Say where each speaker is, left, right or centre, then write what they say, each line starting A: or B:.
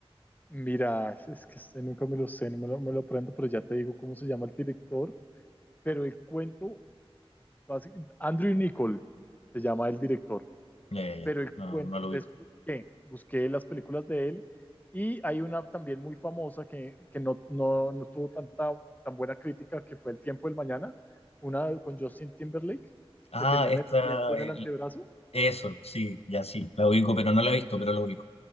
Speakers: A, on the left; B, on the left.
A: Mira, es, es que este nunca me lo sé, no me lo, me lo aprendo, pero ya te digo cómo se llama el director. Pero el cuento, básic- Andrew Niccol se llama el director.
B: Ya, ya, ya,
A: Pero el
B: no,
A: cuento,
B: no
A: entonces
B: lo vi.
A: busqué, busqué las películas de él y hay una también muy famosa que, que no, no, no tuvo tanta tan buena crítica que fue El tiempo del mañana, una con Justin Timberlake,
B: Ah,
A: que tenían
B: esta,
A: el tiempo en
B: el-
A: el antebrazo.
B: eso, sí, ya sí, la ubico, pero no la he visto, pero la ubico.